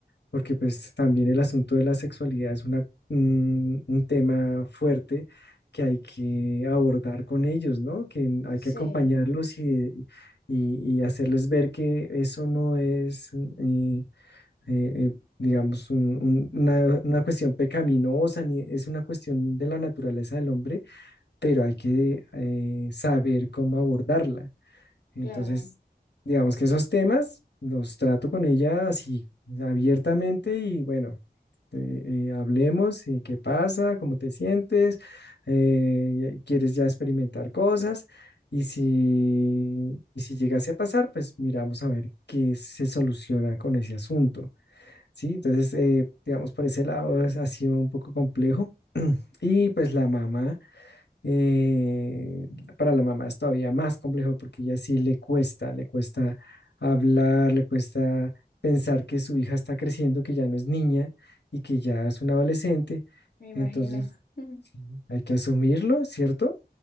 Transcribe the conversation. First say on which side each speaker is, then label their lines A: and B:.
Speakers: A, on the left; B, on the left.
A: porque pues también el asunto de la sexualidad es una, un, un tema fuerte que hay que abordar con ellos, ¿no? Que hay
B: sí,
A: que acompañarlos y, y- y hacerles ver que eso no es, eh, eh, eh, digamos, un- un- una, una cuestión pecaminosa, ni es una cuestión de la naturaleza del hombre, pero hay que eh, saber cómo abordarla. Entonces,
B: claro,
A: digamos que esos temas los trato con ella así, abiertamente y bueno, eh, eh, hablemos, eh, qué pasa, cómo te sientes, eh, quieres ya experimentar cosas y si, y si llegase a pasar, pues miramos a ver qué se soluciona con ese asunto, ¿sí? Entonces, eh, digamos, por ese lado es- ha sido un poco complejo y pues la mamá. Eh, para la mamá es todavía más complejo porque ella sí le cuesta, le cuesta hablar, le cuesta pensar que su hija está creciendo, que ya no es niña y que ya es una adolescente.
B: me imagino.
A: Entonces,
B: <laughs>
A: Sí, hay que asumirlo, ¿cierto?